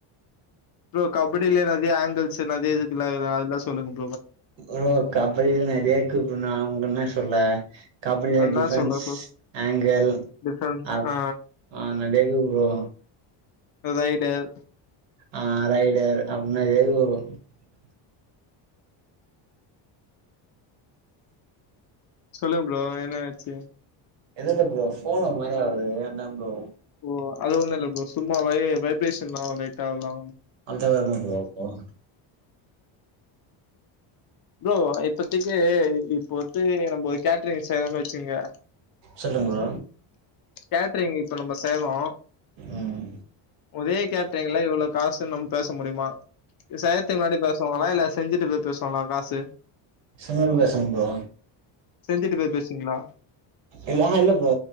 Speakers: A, on the left; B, on the right.
A: ப்ரோ கபடியிலயே ரதியா ஆங்கிள்ஸ் நெறையா இருக்குல அதுல்லா சொல்லுங்க ப்புரோ
B: ஓ கபடியில்ல நெறியாருக்கு நா உ என்ன சொல்ல கபடியில
A: என்னா
B: டிஃப்ரன்ஸ்
A: சொல்ல சொ
B: ஆங்கிள்
A: டிஃபரன்ஸ்
B: அப்
A: ஆ
B: ஆ நடையாருக்கு ப்புரோ
A: ரைடர்
B: ஆ ரைடர் அப்டினா <unintelligible>
A: சொல்லுங்க ப்ரோ என்னா ஆச்சு
B: எதுல்ல ப்ரோ போன் ஒரு மாரி ஆவுது அதாங் ப்புரோ
A: ப்புரோ அது ஒண்ணு இல்ல ப்ரோ சும்மா வைவே வைப்ரேஷன்லா லைட்ட அவ்லதா
B: அடுத்த வேற என்ன ப்ரோ இருக்கு
A: ப்புரோ இப்பத்திக்கி இப்ப வத்து நம்ம கேட்ரீஸ் செய்யிறோ வெச்சுகங்க
B: சொல்லுங் ப்ரோ
A: கேட்ரீங் இத் இப்ப நம்ப சேவா
B: ம்
A: ஒரே கேட்ரீங்குளா இவ்ளோ காஸ் நம்ம பேச முடியுமா இது சாயத்தி முன்னாடி பேஸ் <unintelligible> பேசுவங்களா இல்ல செஞ்சுட்டு போய் பேசுவாங்களா காசு
B: செஞ்சப்ரோ பேசரே ப்ரோ
A: செஞ்சிட்டு போய் பேசுவீங்களா
B: இல்ல இல்ல